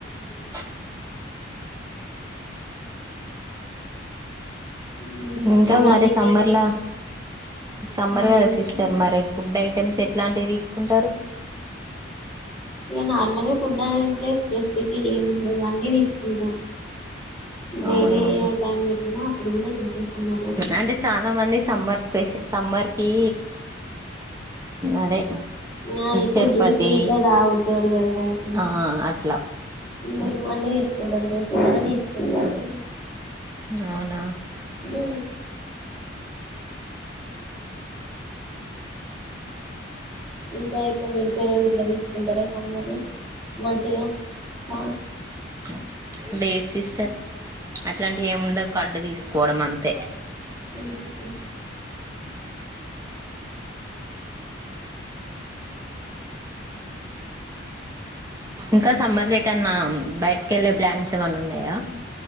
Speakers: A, on the right; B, in the centre.
A: <unintelligible>
B: ఉమ్,
A: ఇంకా
B: ఉగాదికి
A: మరి సమ్మర్లా సమ్మర్
B: ఆ
A: కదా
B: ఇక
A: సిస్టర్ మరి గుడ్ నై ఐటమ్స్ ఎట్లాంటివి తీసుకుంటారు.
B: ఏ నార్మలే ఫుడ్ అంటే స్పెసిఫిక్ గా ఏమి ఉండదు. అన్ని తీసుకుంటాం. డైలీ
A: అవునవును
B: అయ్యే టైమ్ లో ఎట్లనో అప్పుడు కూడా ఇంతే సమ్మర్ లో కూడా
A: అంటే చాలా మంది సమ్మర్ స్పెషల్ సమ్మర్ కి అదే
B: ఆ ఎక్కువ
A: తిరుపతి
B: జ్యూస్లు ఇట్లా తాగుతారు కదర ఐటమ్
A: ఆ అట్లా
B: ఉ అన్నీ తీసుకుంటాం జూసి కూడా తీసుకుంటాము
A: అవునా
B: ఈ ఇంకా ఎక్కువ మీరు పెరుగు గిట్లా తీసుకుంటారా సమ్మర్ లో మజ్జిగ
A: బ
B: పాల్
A: మే సిస్టర్ అట్లాంటివి ఏముండదు కడ్డు తీసుకోవడం అంతే
B: ఉహు
A: ఇంకా సమ్మర్ లేటన్నా బయటకి వెళ్ళే ప్లాన్స్ ఏమన్నా ఉన్నాయా